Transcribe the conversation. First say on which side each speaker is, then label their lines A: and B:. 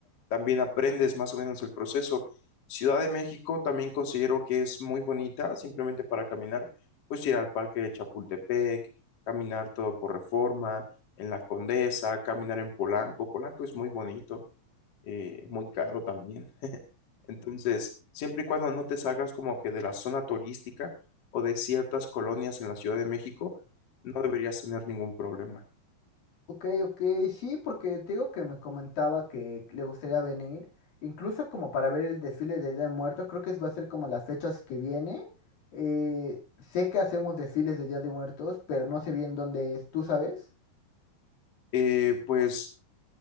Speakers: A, on the left; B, on the left.
A: también aprendes más o menos el proceso. Ciudad de México también considero que es muy bonita, simplemente para caminar, pues ir al Parque de Chapultepec, caminar todo por Reforma, en la Condesa, caminar en Polanco. Polanco es muy bonito, eh, muy caro también. <laughs> Entonces, siempre y cuando no te salgas como que de la zona turística o de ciertas colonias en la Ciudad de México, no deberías tener ningún problema.
B: Ok, ok, sí, porque te digo que me comentaba que le gustaría venir, incluso como para ver el desfile de Día de Muertos, creo que es- va a ser como las fechas que viene. Eh, sé que hacemos desfiles de Día de Muertos, pero no sé bien dónde es, ¿tú sabes?
A: Eh, pues